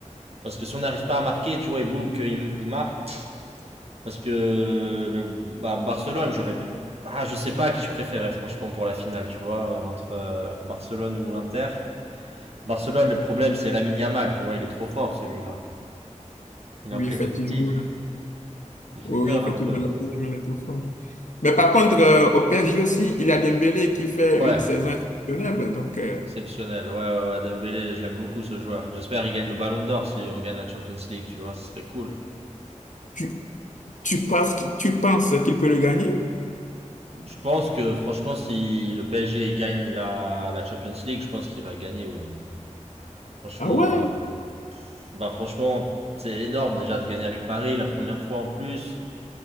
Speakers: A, on the right; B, on the left.
A: Parce que si on n'arrive pas à marquer, tu vois, et boum, qu'ils ils marquent. Parce que le bah, Barcelone, j'aurais ah, je sais pas à qui je préférais franchement pour la finale, tu vois, euh, entre euh, Barcelone ou l'Inter. Barcelone, le problème, c'est Lamine Yamal, tu vois, il est trop fort celui-là. Il est
B: oui,
A: imprédictible,
B: effectivement,
A: il fait
B: oui,
A: peur
B: oui, effectivement,
A: un peu.
B: la vie aime les enfants. Mais par contre, euh, au PSG aussi, il y a Dembélé qui fait
A: Ouais,
B: une saison exceptionnelle. Donc, euh,
A: Exceptionnel, ouais, ouais, ouais, Dembélé, je l'aime beaucoup ce joueur. J'espère qu'il gagne le Ballon d'Or si on gagne la Champions League, tu vois, ce serait cool.
B: tu, tu penses, qu'- tu penses qu'il peut le gagner?
A: Je pense que franchement, si le PSG gagne la, la Champions League, je pense qu'il va gagner, oui. hein. Franchement,
B: Ah ouais?
A: euh, bah franchement, c'est énorme déjà de gagner avec Paris la première fois en plus.